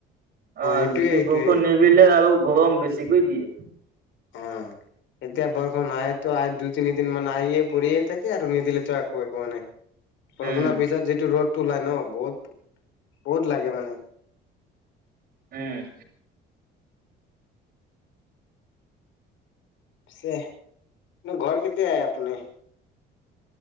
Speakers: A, on the right; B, on the left.
A: অ'
B: এইটোয়ে
A: যদি
B: এইটোয়ে
A: বৰষুণ নি <unintelligible> আৰু গৰম বেছিকৈ দিয়ে।
B: অ' এতিয়া বৰষুণ আহেতো আহে দুই তিনিদিন মান আহিয়ে পৰিয়ে থাকে আৰু নিদিলেতো <unintelligible> বৰষুণৰ
A: উম,
B: পিছত যিটো ৰ'দটো ওলাই ন' বহুত, বহুত লাগে মানে।
A: উম।
B: পিছে, ঘৰ কেতিয়া আহে আপুনি?